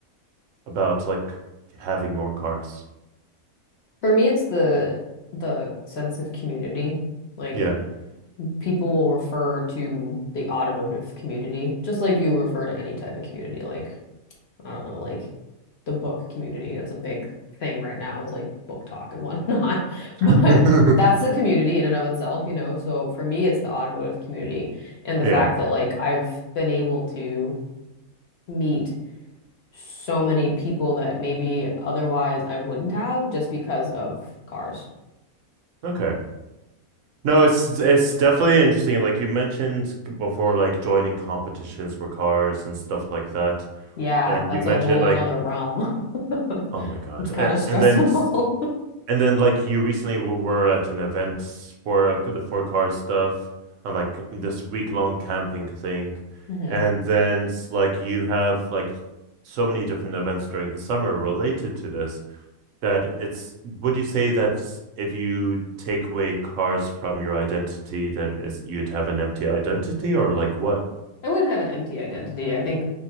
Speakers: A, on the right; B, on the left.
A: about like having more cars?
B: For me, it's the the sense of community. Like
A: Yeah.
B: people will refer to the automotive community, just like you refer to any type of community. Like, I don't know, like the book community. That's a big thing right now is like book talk and whatnot. <laughs> But
A: <laughs>
B: that's the community in and of itself, you know. So for me, it's the automotive community and the
A: Yeah.
B: fact that like I've been able to meet so many people that maybe otherwise I wouldn't have just because of cars.
A: Okay. No, it's it's definitely interesting. Like you mentioned before, like joining competitions for cars and stuff like that.
B: Yeah,
A: And
B: that's
A: you mentioned
B: a whole
A: like,
B: nother realm. <laughs>
A: oh my God.
B: It's kind
A: And,
B: of stressful.
A: and then and then like you recently w- were at an event for uh, the for car stuff and like this week long camping thing.
B: <laughs> Mhm.
A: And then like you have like so many different events during the summer related to this. that it's would you say that if you take away cars from your identity, then it's, you'd have an empty identity or like what?
B: I wouldn't have an empty identity. I think